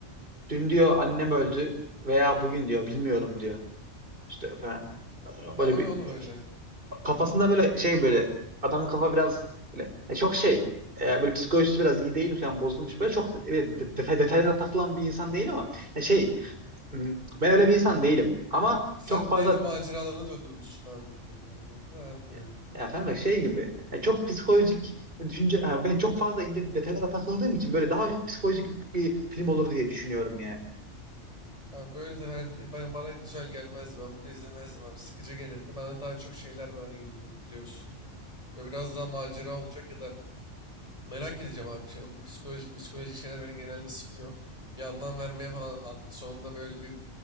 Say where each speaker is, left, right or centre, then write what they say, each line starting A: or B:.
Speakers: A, on the right; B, on the left.
A: dün diyor annem öldü veya bugün diyor bilmiyorum diyor. İşte falan. E,
B: Ne,
A: Böyle
B: o
A: bir
B: ne oğlum öyle?
A: kafasında böyle şey böyle adamın kafa biraz böyle, e, çok şey e, böyle psikolojisi biraz iyi değil falan bozulmuş böyle çok evet, de- detay, detaylara takılan bir insan değil ama yani şey Hmm. Ben öyle bir insan değilim. Ama
B: Sen
A: çok fazla
B: deli maceralarına döndürmüşsün abi filmini valla. Bu ne abi
A: ya,
B: böyle?
A: ya kanka şey gibi ya çok psikolojik düşünce ha, ben çok fazla ince detaylara takıldığım için böyle daha çok psikolojik bir film olur diye düşünüyorum yani.
B: Abi böyle de ben, bana, bana güzel gelmezdi. Ben bunu izlemezdim abi. Sıkıcı gelirdi. Bana daha çok şeyler daha iyi geliyor biliyorsun. Böyle biraz daha macera olacak ya da merak edeceğim abi. bir Şey, bu psikolojik psikolojik şeyler beni genelde sıkıyor. Bir anlam vermeye falan an- sonunda böyle bir